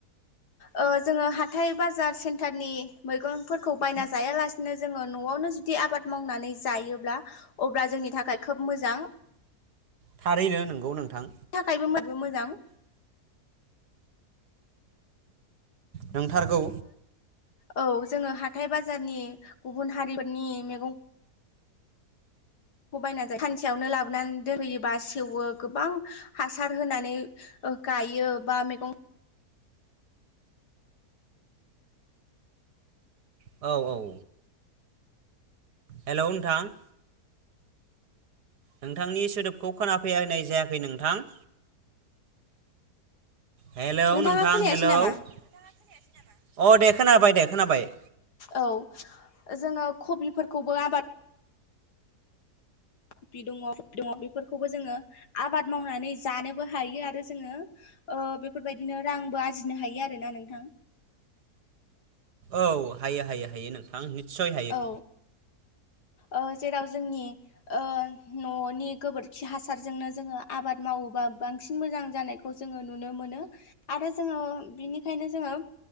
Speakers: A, on the left; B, on the right.
A: ओ जोङो हाथाय-बाजार, सेन्टारनि मैगंफोरखौ बायना जायालासेनो जोङो न'आवनो जुदि आबाद मावनानै जायोब्ला अब्ला जोंनि थाखाय खोब मोजां
B: थारैनो नोंगौ नोंथां
A: थाखायबो बयबो मो मोजां
B: नोंथारगौ
A: औ जोङो हाथाइ बाजारनि गुबुन हारिफोरनि मैगं खौ बायना जायो सानसेयावनो लाबोनानै दोनफैयोबा सेवो गोबां हासार होनानै ओ गायो बा मैगं
B: औ औ हेल' नोंथां नोंथांनि सोदोबखौ खोनाफैनाय जायाखै नोंथां हेलौ
A: नोंथाङा
B: नोंथां
A: खोनायासै
B: हेलौ।
A: नामा
B: अ दे खोनाबाय दे खोनाबाय
A: औ जोङो कबिफोरखौबो आबाद कफि दङ कफि दङ बेफोरखौबो जोङो आबाद मावनानै जानोबो हायो आरो जोङो ओ बेफोरबायदिनो रांबो आरजिनो हायो आरो ना नोंथां
B: औ हायो हायो हायो नोंथां निस्सय हायो
A: औ ओ जेराव जोंनि ओ न'नि गोबोरखि हासारजोंनो जोङो आबाद माव मावोबा बांसिन मोजां जानायखौ जोङो नुनो मोनो आरो जोङो बिनिखायनो जोङो